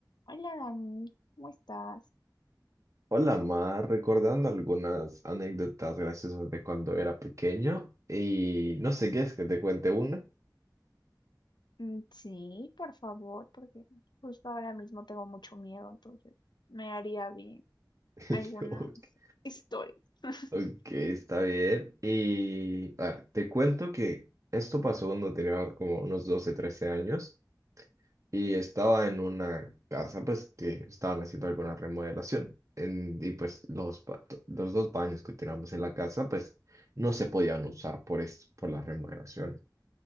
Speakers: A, on the left; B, on the right.
A: Hola Dani, ¿cómo estás?
B: Hola, Mar, recordando algunas anécdotas graciosas de cuando era pequeño y no sé qué es que te cuente una.
A: Mm, Sí, por favor, porque justo ahora mismo tengo mucho miedo, entonces me haría bien
B: <laughs>
A: algunas
B: Ok,
A: historias. <laughs>
B: ok, está bien. Y a ver, te cuento que esto pasó cuando tenía como unos doce trece años y estaba en una casa pues que estaban haciendo alguna remodelación. En- y pues los, ba- los dos baños que teníamos en la casa pues no se podían usar por esto, por la remodelación.